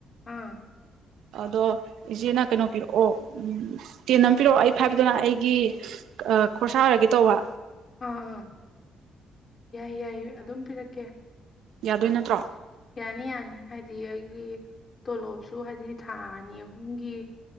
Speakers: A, on the left; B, on the right.
A: ꯑꯥ
B: ꯑꯗꯣ ꯏꯆꯦꯅ ꯀꯩꯅꯣ ꯄꯤꯔꯛꯑꯣ ꯇꯦꯟ ꯑꯃ ꯄꯤꯔꯛꯑꯣ ꯑꯩ ꯐꯥꯏꯚꯇꯅ ꯑꯩꯒꯤ ꯈꯣꯔꯁꯥ ꯑꯣꯏꯔꯒꯦ ꯇꯧꯕ
A: ꯑꯥ ꯑꯥ ꯌꯥꯏ ꯌꯥꯏ ꯑꯗꯨꯝ ꯄꯤꯔꯛꯀꯦ
B: ꯌꯥꯗꯣꯏ ꯅꯠꯇ꯭ꯔꯣ
A: ꯌꯥꯅꯤ ꯌꯥꯅꯤ ꯍꯥꯏꯗꯤ ꯑꯩꯒꯤ ꯇꯣꯂꯣꯞꯁꯨ ꯍꯥꯏꯗꯤ ꯊꯥ ꯑꯅꯤ ꯑꯍꯨꯝꯒꯤ